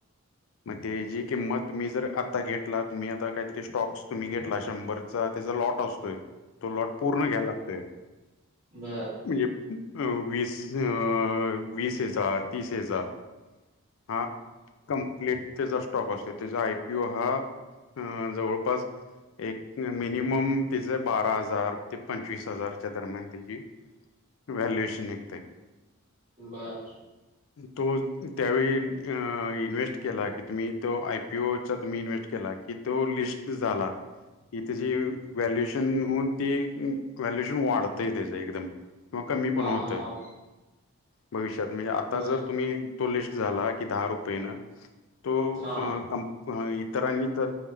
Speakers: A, on the left (about 65°); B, on the right (about 30°).
A: म ते जी किंमत तुम्ही जर आता घेतलत. तुम्ही आता काहीतरी स्टॉक्स तुम्ही घेतला शंभरचा त्याचा लॉट आसतोय. तो लॉट पूर्ण घ्याल लागतोय.
B: बर
A: म्हणजे अ. वीस, अ वीस हेजा, तीस हेजा. हा कंप्लीट तेजा स्टॉक असतोय. तेजा आय. पी. ओ. हा जवळपास एक मिनिमम. तेज बारा हजार, ते पंचवीस हजारच्या दरम्यान तेजी व्हॅल्यएशन निघते.
B: बर.
A: तो त्यावेळी इन्व्हेस्ट केला कि तुम्ही तो आयपीओचा तुम्ही इन्व्हेस्ट केला की तो लिस्ट झाला ह त्याची व्हॅल्युएशन होऊन तेी व्हॅल्युएशन वाढतंय त्याच एकदम किंवा कमी पण
B: हा
A: होतय
B: हा हा
A: भविष्यात म्हणजे आता
B: बर
A: जर तुम्ही तो लिस्ट झाला की दहा रुपयेनं तो
B: हा
A: क इतरांनी त्या